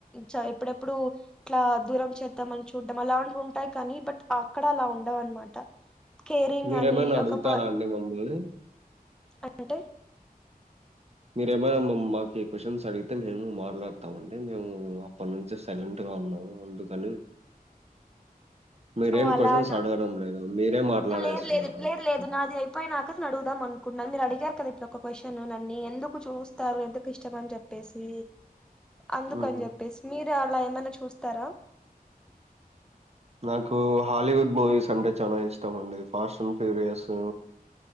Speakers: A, in the centre; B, on the right.
A: చ ఎప్పుడెప్పుడు ఇట్లా దూరం చేద్దామని చూడ్డం అలా ఉంటాయి కానీ బట్ అక్కడ అలా ఉండవు అనమాట. కేరింగ్
B: మీరేమైనా
A: గాని ఒక
B: అడుగుతారా
A: ప
B: అండి మమ్మల్ని?
A: అంటే
B: మీరేమైనా మ్ మ మాకి క్వశ్చన్స్ అడిగితే మేము మాట్లాడతామండి, మేము అప్పటి నుంచి సైలెంట్గా గా ఉన్నామ్ అందుకని మీరేమ్
A: ఓ అలా
B: క్వశ్చన్స్
A: అన-
B: అడగడం లేదు మీరే మాట్లాడేస్తున్నరు
A: లేదు లేదు లేదు
B: మొత్తం.
A: లేదు నాది అయిపోయినాక నేను అడుగుదాం అనుకున్నాన్ మీరు అడిగార్ కదా ఇప్పుడు ఒక క్వశ్చన్ నన్నీ ఎందుకు చూస్తారు ఎందుకు ఇష్టం అని చెప్పేసి. అందుకు
B: ఆహా!
A: అని చెప్పేసి మీరు అలా ఏమన్నా చూస్తారా.
B: నాకు హాలీవుడ్ మూవీస్ అంటే చాలా ఇష్టం అండి ఫాస్టండ్ ఫ్యూరియసు